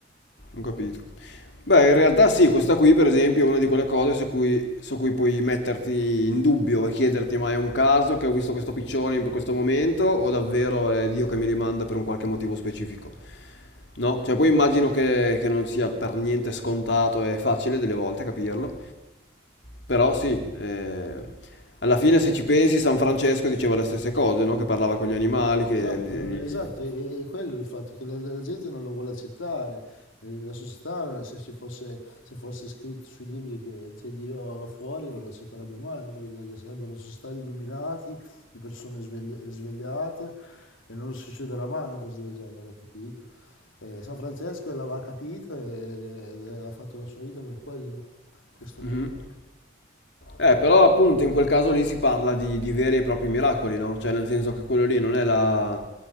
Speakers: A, on the left; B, on the left.
A: Ho capito. Beh, in realtà sì, questa qui per esempio è una di quelle cose su cui, su cui puoi metterti in dubbio e chiederti ma è un caso che ho visto questo piccione in questo momento o davvero è Dio che me li manda per un qualche motivo specifico? No? Cioè poi immagino che, che non sia per niente scontato e facile delle volte capirlo, però sì, eh, alla fine se ci pensi San Francesco diceva le stesse cose, no? Che parlava con gli animali,
B: Esatto,
A: che li... li-
B: esatto, e, e quello è il fatto che la, la gente non lo vuole accettare. Eh, La società, se ci fosse, se fosse scritto sui libri che c'è Dio fuori, non lo accetterebbe mai, una cosa del genere. Sarebbero una società di illuminati, di persone svegli- svegliate, e non succederà mai una cosa del genere, capito? E San Francesco l'aveva capito ed, è- ed è- ha fatto la sua vita per quello, per questo motivo.
A: Mhm. Eh, però appunto in quel caso lì si parla di, di veri e propri miracoli, no? Cioè nel senso che quello lì non è la-